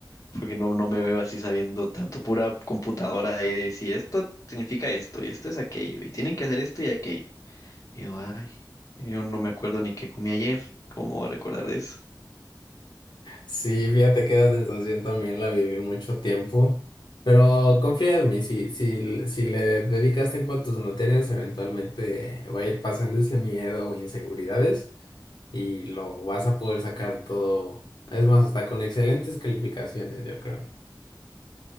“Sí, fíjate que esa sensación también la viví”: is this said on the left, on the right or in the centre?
Left